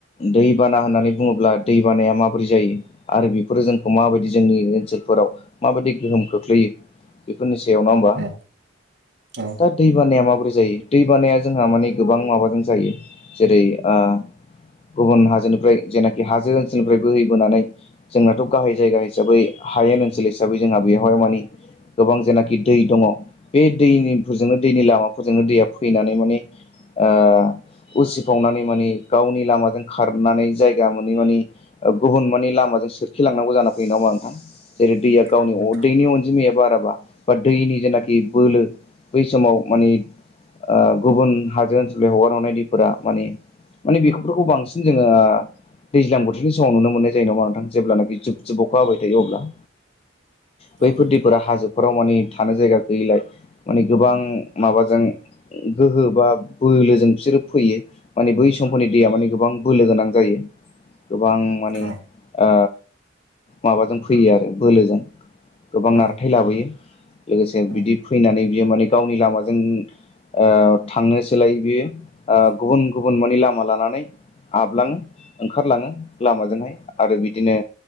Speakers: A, on the left; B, on the right.
A: दैबाना होननानै बुङोब्ला दै बानाया माबोरै जायो आरो बेफोरो जोंखौ माबायदि जोंनि ओनसोलफोराव माबायदि गोहोम खोख्लैयो बेफोरनि सायाव नङा होमबा।
B: औ औ
A: दा दै बानाया माबोरै जायो दै बानाया जोंहा माने गोबां माबाजों जायो जेरै ओ गुबुन हाजोनिफ्राय जेनाखि हाजो ओनसोलनिफ्राय बोहैबोनानै जोंनाथ' गाहाय जायगा हिसाबै हायेन ओनसोल हिसाबै जोंहा बेवहाय माने गोबां जेनाखि दै दङ बे दैनिफोरजोंनो दैनि लामाफोरजोंनो दैया फैनानै माने ओ उसिफावनानै माने गावनि लामाजों खारनानै जायगा मोनैनानै गुबुन माने लामाजों सोरखिलांनांगौ जाना फैयो नङा होनबा नोंथां जेरै दैया गावनि
B: औ नोंथां
A: अ दैनि अनजिमाया बाराबा बा दैनि जेनाखि बोलो बै समाव माने ओ गुबुन हाजो ओनसोलनि हगार हरनाय दैफोरा माने माने बेखौफोरखौ बांसिन जोङो दैज्लां बोथोरनि समाव नुनो मोननाय जायो नङा नोंथां जेब्लानाखि जुब जुब अखा हाबाय थायो अब्ला। बैफोर
B: औ नोंथां
A: दैफोरा हाजो फोराव माने थानो जायगा गैयिलाय माने गोबां माबाजों गोहो बा बोलोजों बिसोरो फैयो माने बै समफोरनि दैया माने गोबां बोलो गोनां जायो। गोबां माने
B: औ
A: ओ माबाजों फैयो आरो बोलोजों। गोबां
B: औ
A: नारथाय लाबोयो लोगोसे बिदि
B: औ
A: फैनानै बियो माने गावनि लामाजों ओ थांनो सोलाय बियो ओ गुबुन गुबुन माने लामा लानानै हाबलाङो ओंखारलाङो लामाजोंहाय आरो बिदिनो